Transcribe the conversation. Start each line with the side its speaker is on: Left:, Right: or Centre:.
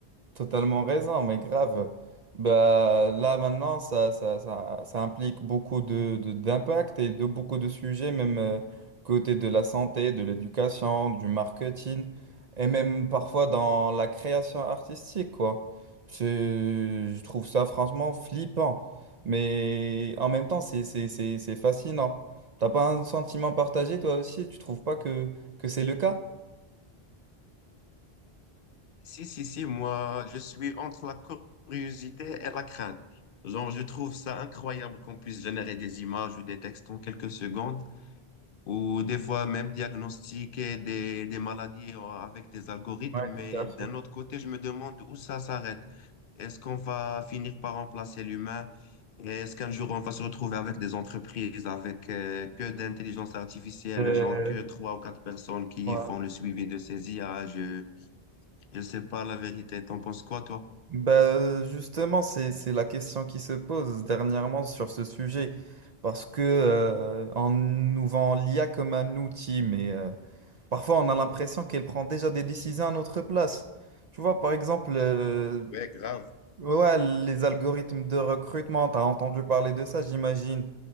Right: totalement raison, mais grave. Bah, là, maintenant, ça, ça, ça, ça implique beaucoup de, de- d'impact et de beaucoup de sujets, même euh, côté de la santé, de l'éducation, du marketing, et même parfois dans la création artistique, quoi. C'est- Je trouve ça franchement flippant, mais en même temps, c'est, c'est, c'est, c'est fascinant. T'as pas un sentiment partagé, toi aussi? Tu trouves pas que, que c'est le cas?
Left: Si, si, si, moi, je suis entre la curiosité et la crainte. Genre, je trouve ça incroyable qu'on puisse générer des images ou des textes en quelques secondes ou des fois même diagnostiquer des, des maladies euh, avec des algorithmes,
Right: Ouais,
Left: mais
Right: tout à fait.
Left: d'un autre côté, je me demande où ça s'arrête. Est-ce qu'on va finir par remplacer l'humain? Est-ce qu'un jour on va se retrouver avec des entreprises avec euh, que d'intelligence artificielle,
Right: Euh,
Left: genre que trois ou quatre personnes qui
Right: ouais.
Left: font le suivi de ces IA? Je ne sais pas la vérité. T'en penses quoi, toi?
Right: Bah, euh, justement, c'est, c'est la question qui se pose dernièrement sur ce sujet. Parce que, euh, on nous vend l'IA comme un outil, mais euh, parfois on a l'impression qu'elle prend déjà des décisions à notre place. Tu vois, par exemple, euh,
Left: Ouais, grave.
Right: ouais, les algorithmes de recrutement, tu as entendu parler de ça, j'imagine.